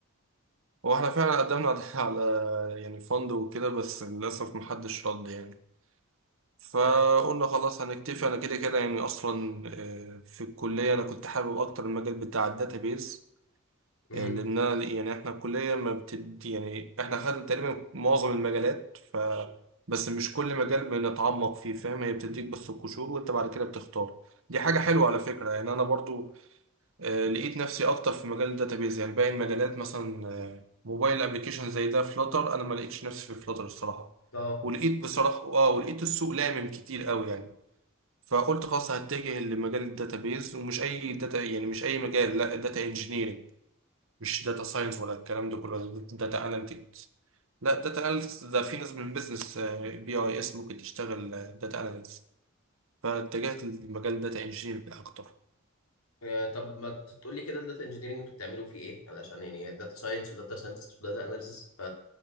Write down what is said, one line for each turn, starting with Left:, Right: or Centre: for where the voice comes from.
Right: هو إحنا فعلا قدمنا على على يعني فند وكده بس للأسف محدش رد يعني فقلنا
Left: آه،
Right: خلاص هنكتفي انا كده كده يعني اصلا آه، في الكليه انا كنت حابب اكتر المجال بتاع الداتابيز
Left: امم
Right: آه، لان أنا- يعني احنا الكليه ما بتد يعني احنا خدنا تقريبا معظم المجالات ف بس مش كل مجال بنتعمق فيه فاهم هي بتديك بس القشور وانت بعد كده بتختار دي حاجه
Left: امم.
Right: حلوه على فكره يعني انا برضو آه، لقيت نفسي اكتر في مجال الداتابيز يعني باقي المجالات مثلا آه، موبايل ابلكيشن زي ده فلاتر انا ما لقيتش نفسي في فلاتر الصراحه
Left: اه
Right: ولقيت بصراحه اه ولقيت السوق لامم كتير قوي يعني فقلت خلاص هتجه لمجال الداتابيز ومش اي داتا يعني مش اي مجال لا داتا انجينيرنج مش داتا ساينس ولا الكلام ده كله ولا داتا اناليتكس لا داتا اناليتكس ده في ناس من بيزنس بي اي اس ممكن تشتغل داتا اناليتكس فاتجهت لمجال داتا انجينيرنج اكتر
Left: آه، طب ما تقول لي كده الداتا انجينيرنج انتوا بتعملوا فيه ايه علشان يعني داتا ساينس وداتا ساينتست وداتا اناليسيس ف